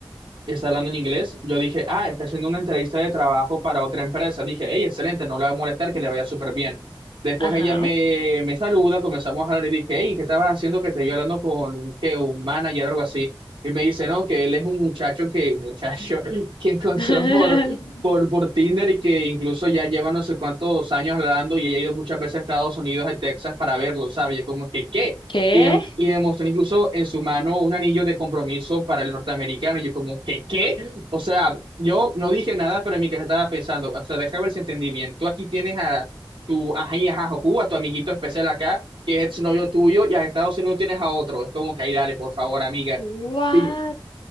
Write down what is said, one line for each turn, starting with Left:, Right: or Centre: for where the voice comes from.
Right: está hablando en inglés, yo dije, ah, está haciendo una entrevista de trabajo para otra empresa. Dije, hey, excelente, no le va a molestar, que le vaya súper bien. Después
Left: Ajá.
Right: ella me, me saluda, comenzamos a hablar y dije, hey, ¿qué estabas haciendo que te vio hablando con que un manager o algo así? Y me dice, no, que él es un muchacho que, muchacho, <laughs> que encontró
Left: <laughs>
Right: por, por, por Tinder y que incluso ya lleva no sé cuántos años hablando y ella ha ido muchas veces a Estados Unidos, a Texas, para verlo, ¿sabes? Y es Como que, ¿qué?
Left: ¿Qué?
Right: y, dem- y demostró incluso en su mano un anillo de compromiso para el norteamericano. Y yo como, ¿qué, qué? O sea, yo no dije nada, pero en mi casa estaba pensando, o sea, deja ver si entendí bien. Tú aquí tienes a tu ají, ajá, jojú, a tu amiguito especial acá, que es novio tuyo, y a Estados Unidos tienes a otro. Es como que ahí, dale, por favor, amiga.
Left: What?
Right: Y